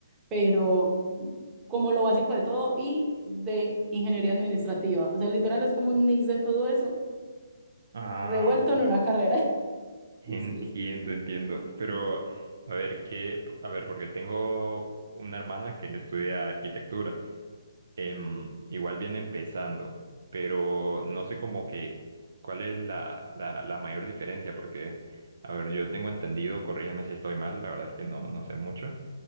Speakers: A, on the right; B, on the right.
A: pero como lo básico de todo y de ingeniería administrativa. O sea, literal es como un mix de todo eso,
B: Ah,
A: revuelto
B: ok.
A: en una carrera. <laughs>
B: Entiendo,
A: Es que es-
B: entiendo. Pero,
A: sí.
B: a ver, qué, a ver, porque tengo una hermana que estudia arquitectura. Em,
A: Ah,
B: igual viene empezando, pero no
A: bien.
B: sé como que cuál es la, la, la mayor diferencia, porque, a ver, yo tengo entendido, corrígeme si estoy mal, la verdad es que
A: Ujú,
B: no, no sé mucho.